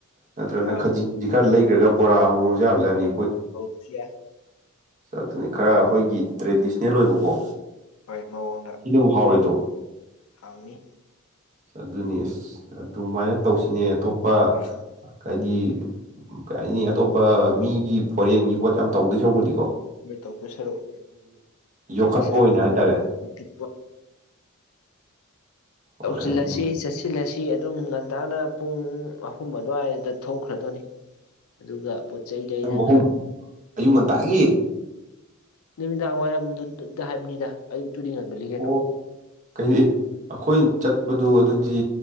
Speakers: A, on the right; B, on the left.
A: ꯅꯠꯇ꯭ꯔꯒꯅ
B: ꯑꯥ
A: ꯈꯖꯤꯤꯡ ꯈꯔ ꯂꯩ ꯏ꯭ꯔꯒ ꯕꯣꯔꯥ ꯍꯧꯔꯨꯁꯨ ꯌꯥꯕꯥꯠꯅꯤ
B: ꯍꯧ ꯁꯤ
A: ꯆꯅꯤ ꯈꯔ ꯑꯩꯈꯣꯏꯒꯤ ꯇ꯭ꯔꯦꯗꯤꯁꯅꯦꯜ ꯑꯣꯏꯕꯀꯣ
B: ꯍꯣꯏ ꯃꯑꯣꯣꯟꯗꯅꯤ
A: ꯁꯤꯅꯕꯨ ꯍꯥꯎꯔꯣꯏꯗ꯭ꯔꯣ ꯁ ꯑꯗꯨꯅꯤ ꯑꯁ ꯑꯗꯨꯃꯥꯏꯅ ꯇꯧꯁꯤꯅꯦ ꯑꯇꯣꯞꯄ
B: ꯇꯧꯔꯁꯤ
A: ꯍꯥꯏꯗꯤ ꯀꯩ ꯍꯥꯏꯅꯤ ꯑꯇꯣꯞꯄ ꯃꯤꯒꯤ ꯐꯣꯔꯦꯟꯒꯤ ꯄꯣꯠ ꯌꯥꯝ ꯇꯧꯗꯣꯏ ꯁꯔꯛꯄꯨꯗꯤꯀꯣ
B: ꯃꯣꯏ ꯇꯧ ꯇꯣꯏ ꯁꯔꯨꯛ ꯇ꯭ꯔꯦꯗꯤꯁꯅꯦꯜ
A: ꯌꯣꯛꯈꯠꯄ ꯑꯣꯏꯅ ꯍꯥꯏꯇꯥꯔꯦ
B: ꯐꯨꯗ
A: ꯐꯔꯦꯅꯦ
B: ꯎꯁꯤꯂꯁꯤ ꯁꯁꯤ ꯂꯁꯤ ꯑꯗꯨꯝ ꯉꯒꯟꯊꯅ ꯄꯨꯡ ꯑꯍꯨꯝ ꯑꯗꯨꯋꯥꯏꯗ ꯊꯣꯛꯈ꯭ꯔꯗꯣꯏꯅꯤ ꯑꯗꯨꯒ ꯆꯩ ꯂꯩꯔꯒ
A: ꯄꯨꯡ ꯑꯍꯨꯝ ꯑꯌꯨꯛ ꯉꯟꯇꯥꯒꯤ
B: ꯅꯨꯃꯤꯗꯥꯡ ꯋꯥꯏꯔꯝꯗꯨꯗ ꯍꯥꯏꯕꯅꯤꯗ ꯉꯟꯃꯜꯂꯤ ꯀꯩꯅꯣ
A: ꯑꯣ ꯀꯩ ꯑꯩꯈꯣꯏ ꯆꯠꯄꯗꯨ ꯑꯗꯨ ꯗꯤ